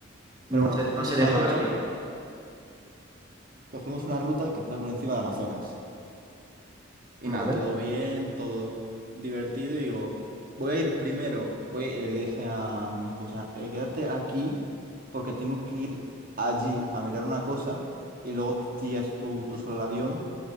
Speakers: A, on the right; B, on the right.
A: Pero
B: No
A: bueno,
B: sé,
A: cogimos
B: no sé de
A: una
B: geografía.
A: ruta, cogimos una ruta que pasa por encima del Amazonas. Y
B: Vale.
A: nada, todo bien, todo divertido. Y digo, voy a ir primero. Voy a- le dije a mi esposa, "Eh, quédate aquí porque tengo que ir allí a mirar una cosa y luego te tiras tú, tú solo al avión